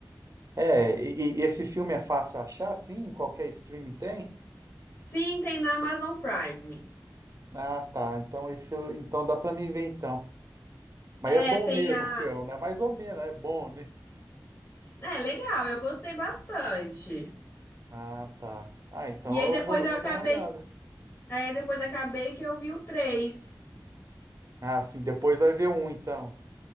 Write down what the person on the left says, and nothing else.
Sim, tem na Amazon Prime.
É,
tem
a.
É, legal, eu gostei bastante.
E aí depois
eu
acabei.
Aí depois acabei que eu vi o 3.